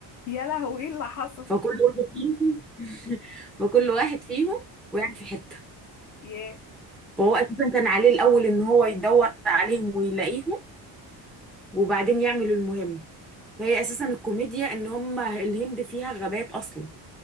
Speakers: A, on the left; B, in the centre.
A: يا لهوي ايه اللي حصل
B: فكل واحد فيهم <laughs> فكل واحد فيهم وقع في حتة
A: <laughs> ياه
B: فهو أساسا كان عليه الأول إن هو يدور عليهم ويلاقيهم وبعدين يعمل المهمة فهي أساسا الكوميديا إن هما الهند فيها غابات أصلا